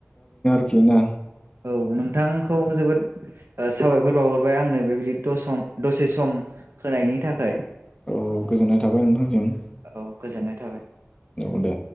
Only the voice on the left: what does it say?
खिना
अ गोजोननाय थाबाय नोंथांसिम
औ दे